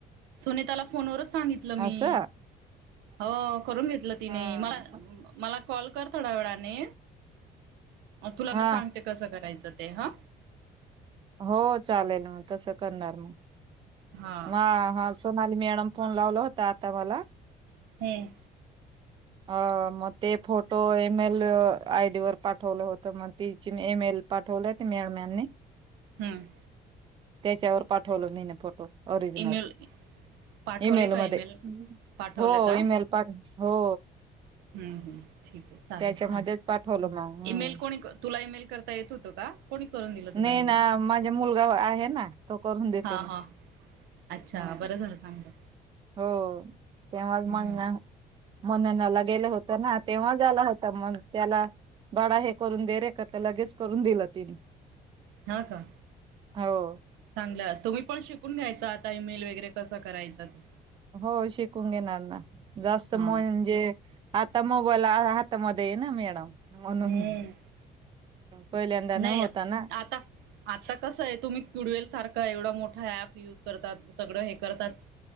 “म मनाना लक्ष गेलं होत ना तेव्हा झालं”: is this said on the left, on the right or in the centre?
Right